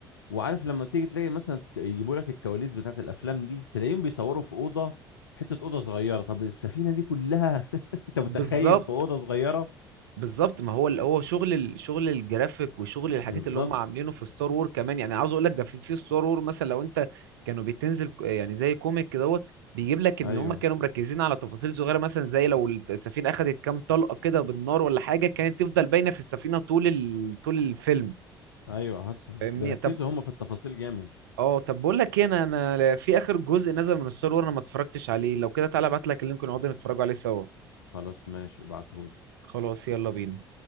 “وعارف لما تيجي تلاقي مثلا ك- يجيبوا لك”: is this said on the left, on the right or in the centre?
Left